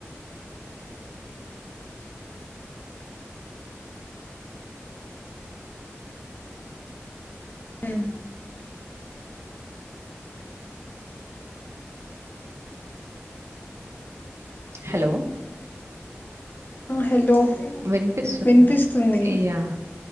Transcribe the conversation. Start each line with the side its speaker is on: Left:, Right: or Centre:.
Left: ఆ
Right: హలో
Left: హలో
Right: వినిపిస్తుందా
Left: వినిపిస్తుంది
Right: అయ్యా